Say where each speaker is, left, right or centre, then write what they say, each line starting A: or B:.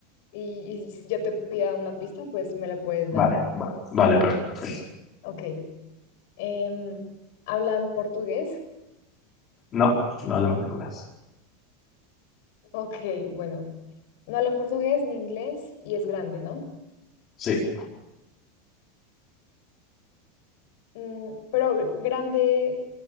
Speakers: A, on the left (about 60°); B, on the left (about 25°).
A: y, y si yo te pida una pista, pues me la puedes
B: Vale,
A: dar.
B: va- vale, perfecto.
A: Ok. Em, ¿hablan portugués?
B: No, no hablan portugués.
A: Ok, bueno, no hablan portugués ni inglés y es grande, ¿no?
B: Sí,
A: Mm, pero gr- grande